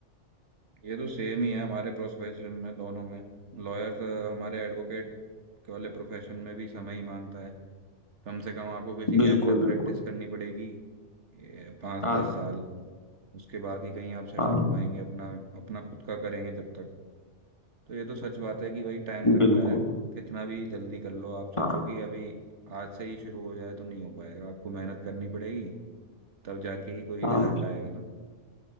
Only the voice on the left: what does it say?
बिल्कुल
बिल्कुल
हाँ
हाँ
हाँ
बिल्कुल
हाँ
हाँ